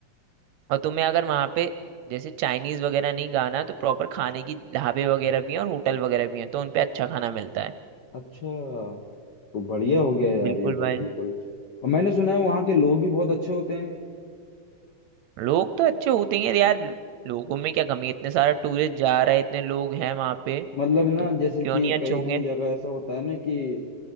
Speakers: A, on the right; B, on the left.
A: और तुम्हें अगर वहां पे जैसे चाइनीज वगैरह नहीं गाना तो प्रॉपर खाने की ढाबे वगैरह भी हैं और होटल वगैरह भी हैं तो उनपे अच्छा खाना मिलता है
B: अच्छा तो बढ़िया हो गया यार
A: बिल्कुल
B: ये तो
A: भाई
B: बिल्कुल और मैंने सुना है वहाँ के लोग भी बहुत अच्छे होते हैं
A: लोग तो अच्छे होते हैं यार लोगों में क्या कमी है इतने सारे टूरिस्ट जा रहे हैं इतने लोग हैं वहां पे
B: मतलब ना
A: तो
B: जैसे
A: क्यों
B: कि
A: नहीं अच्छे
B: कई
A: होंगे
B: कहीं जगह ऐसा होता है ना कि